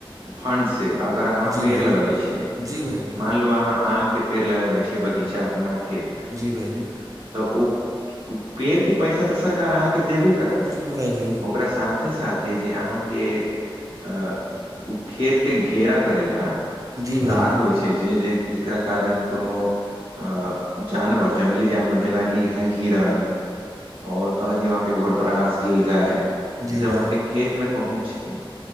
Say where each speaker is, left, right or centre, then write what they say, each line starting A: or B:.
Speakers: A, on the right; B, on the right.
A: फणड से अगर अहाँ
B: जी
A: पेड़
B: भाईजी
A: लगबै छियै
B: जी भाईजी
A: मान लु अहाँ आम के पेड़ लगाबे छै बगीचा अपना खेत मे
B: जी भाईजी
A: तऽ <inaudible> ओ ओ पेड़ के पैसा तऽ सरकार अहाँके देबे करत
B: जी भाइजी
A: ओकरा साथ साथे साथे जे अहाँके अ ओ खेत के घेरा करे ला
B: जी भाइजी
A: तार होइ छै जे जे जेकरा कारण कोनो अ जानवर जंगली जानवर जेनाकि हय हिरण और कह दियऔ अहाँके घोड़ परास लिल गाय ई
B: जी
A: सब
B: भाइजी
A: अहाँके खेत मे पहुँचके गेल